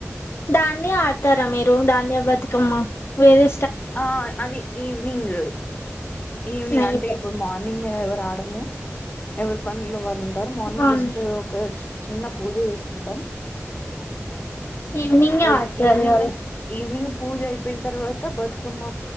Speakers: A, on the left; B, on the left.
A: దాన్ని ఆడతారా మీరు ధన్య బతుకమ్మ వేరే
B: ఆ అది ఈవినింగ్ ఈవినింగ్
A: నైట్
B: అంటే ఇప్పుడు మార్ని ని ఎవరు ఆడము ఎవరి పనుల్లో వాళ్ళు మార్నింగ్
A: అవును
B: జస్ట్ ఒక చిన్న పూజ చేసుకుంటాం
A: ఈవినింగే
B: ఆ
A: ఆడతారు
B: ఈవనింగ్
A: కదా
B: ఈవి పూజ అయిపోయిన తర్వాత బతుకమ్మ